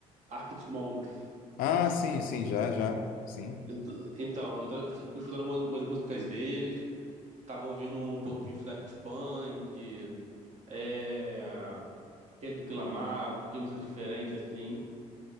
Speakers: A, on the right; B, on the left.
A: Arctic Monkeys.
B: Ah, sim, sim, já, já. Sim.
A: Ent- Então, eu tava escutando algumas umas músicas deles, tava ouvindo um pouquinho de Daft Punk, é, Kendrick Lamar, um pouquinho de música diferente, assim,